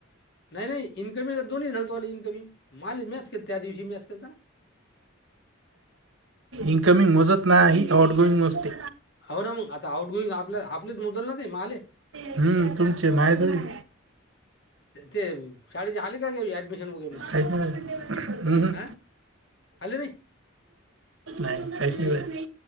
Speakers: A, on the left; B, on the right.
A: नाही नाही. इनकमिंग दो्ही झालोला इन्कमंग माले मॅच के त्या दिवशी मॅच केलत ना.
B: इनकमिंग मजत नाही ह आउट गोईंग मजते.
A: हो ना मग आता आउट गोईंग आप आपलीच. ल ना ते मले.
B: कि हम्म, कैसे तुमचे आपको माय पढ़ना थोडी.
A: ते शाळेचे आले का घ ऍडमिशन वगैरे म्हण
B: काहीच नाही होत. हम्म, हम्म.
A: हं. आले नाही
B: नाही काहीच
A: मी
B: नाही पाहिजे